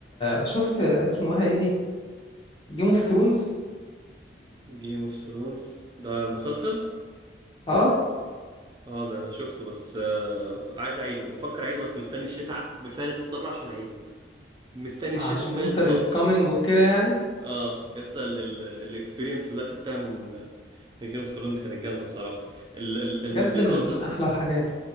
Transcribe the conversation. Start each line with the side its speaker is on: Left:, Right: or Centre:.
Left: شفت اسمه ايه دي جيم اوف ثرونز
Right: جيم اوف ثرونز ده المسلسل
Left: اه
Right: اه ده انا شفته بس آه، عايز اعيده بفكر اعيده بس مستني الشتاء بفارغ الصبر عشان اعيده مستني
Left: عشان
Right: الشتاء بفارغ
Left: وينتر
Right: الصبر
Left: از كامينج وكده يعني
Right: اه يس الاكسبيرينس اللي اخدتها من من جيم اوف ثرونز كانت جامده بصراحه ال- ال- الموسيقى
Left: بجد من
Right: اصلا
Left: احلى الحاجات